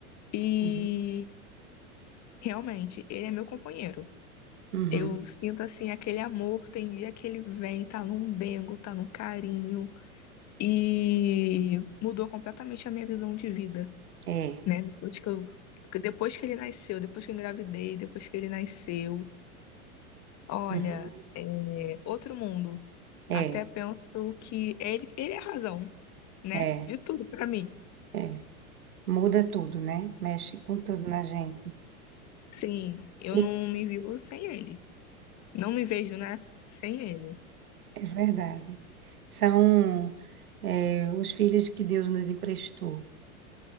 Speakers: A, on the left; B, on the right.
A: e
B: uhum,
A: Realmente, ele é meu companheiro.
B: uhum.
A: Eu sinto assim aquele amor, tem dia que ele vem, tá num dengo, tá num carinho e mudou completamente a minha visão de vida,
B: É,
A: né? Depois que eu, depois que ele nasceu, depois que eu engravidei, depois que ele nasceu, olha,
B: uhum,
A: é outro mundo.
B: é,
A: Até penso que ele, ele é a razão, né?
B: é,
A: De tudo pra mim.
B: é. Muda tudo, né? Mexe com tudo na gente.
A: Sim, eu
B: E
A: não me vivo sem ele. Não me vejo, né? Sem ele.
B: é verdade. São, é, os filhos que Deus nos emprestou,